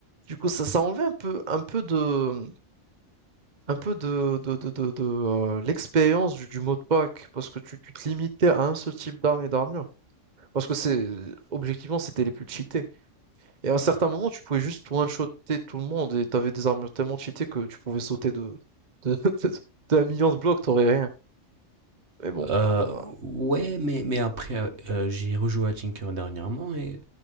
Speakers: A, on the right; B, on the right.
A: Du coup, ça, ça enlevait un peu, un peu de, un peu de, de, de, de, de, euh, l'expérience du, du mot de pack, parce que tu, tu te limitais à un seul type d'arme et d'armure. Parce que c'est, objectivement, c'était les plus cheatés. Et à un certain moment, tu pouvais juste one-shotter tout le monde et t'avais des armures tellement cheatées que tu pouvais sauter de, de, <laughs> de, d'un million de blocs, t'aurais rien. Mais bon,
B: Euh,
A: euh,
B: ouais, mais, mais après, euh, j'ai rejoué à Tinker dernièrement et